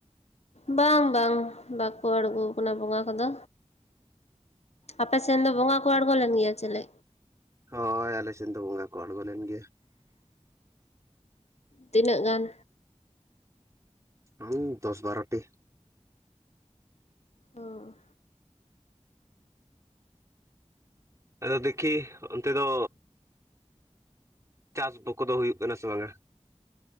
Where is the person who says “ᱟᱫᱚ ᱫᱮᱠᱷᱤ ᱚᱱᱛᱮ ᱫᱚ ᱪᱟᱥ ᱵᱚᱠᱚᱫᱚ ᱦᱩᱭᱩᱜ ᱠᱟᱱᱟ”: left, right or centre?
Right